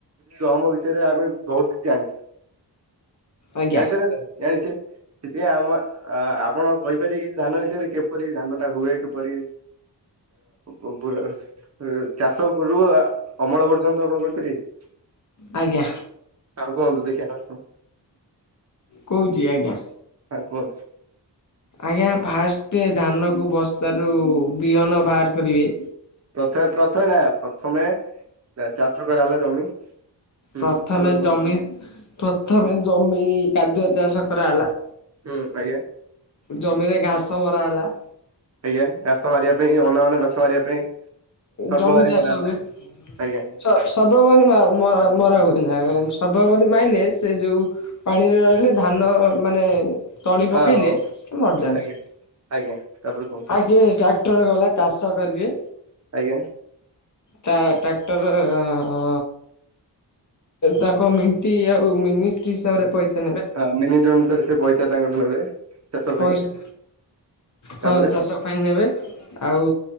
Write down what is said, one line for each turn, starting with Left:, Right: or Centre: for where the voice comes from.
Right: ଦମ ବିଷୟରେ ଆମେ ବହୁତ କିଛି ଜାଣିଛେ
Left: ଆଜ୍ଞା
Right: ଜାଣିଛ ନା ଜାଣିଛେ। ସେଥିପାଇଁ ଆମ ଆପଣ କହିପାରିବେ କି ଧାନ ବିଷୟରେ କିପରି ଧାନ ଟା ହୁଏ କିପରି? ଉଵର ଚାଷ ଉପ ରୁ ଅମଳ ପର୍ଯ୍ୟନ୍ତ ଆପଣ କହିପାରିବେ କି?
Left: ଆଜ୍ଞା
Right: ଆଉ କୁହନ୍ତୁ ଦେଖିବା ଆସଣ?
Left: କହୁଛି ଆଜ୍ଞା।
Right: ହାଁ କୁହନ୍ତୁ?
Left: ଆଜ୍ଞା ଫାଷ୍ଟେ୍ ଧାନ କୁ ବସ୍ତାରୁ ବିହନ ବାହାର କରିବେ।
Right: ପ୍ରଥମେ ପ୍ରଥମେ ନା ପ୍ରଥମେ ଚାଷ କରାଗଲା ଜମି। ହୁଁ
Left: ପ୍ରଥମେ
Right: ତାପରେ କୁହନ୍ତୁ
Left: ଜମି ପ୍ରଥମେ ଜମି କାଦୁଅ ଚାଷ କରାଗଲା।
Right: ହୁଁ ଆଜ୍ଞା।
Left: ଜମିରେ ଘାସ ମରା ହେଲା।
Right: ଆଜ୍ଞା ଘାସ ମାରିବା ପାଇଁ ଅ ଅନା ବନା ଗଛ ମାରିବା ପାଇଁ ସର୍ବଭାରି
Left: ଜମି ଚାଷ
Right: ବନାହେଲା
Left: ହୁଏ। ସ
Right: ଆଜ୍ଞା
Left: ସ ସର୍ବବନୀ ମରା ହୁଏ ନା ସର୍ବବନୀ
Right: ହଁ
Left: ମାଇଲେ ସେ ଯଉ ପାଣିରେ ରହିଲେ ଧାନ ମାନେ ତଳି ପକେଇଲେ
Right: ଅ ହଉ
Left: ସେ ମରିଯାଆନ୍ତି।
Right: ଆଜ୍ଞା ଆଜ୍ଞା ତାପରେ କୁହନ୍ତୁ
Left: ଆଗେ ଟ୍ରାକ୍ଟର ଗଲା ଚାଷ କରିଦିଏ।
Right: ଆଜ୍ଞା।
Left: ତା ଟ୍ରାକ୍ଟର ଆ ଆ। ତାଙ୍କ ମିଟି୍ ଆଉ ମିନିଟ୍ ହିସାବରେ ପଇସା ନେବେ।
Right: ହଁ ମିନିଟ୍ ଅନୁସାରେ ସେ ପଇସା ତାଙ୍କଠୁ ନେବେ। ଚାଷ
Left: ପଇସା
Right: ପାଇଁ ତାପରେ
Left: ହଁ ଚାଷ ପାଇଁ ନେବେ। ଆଉ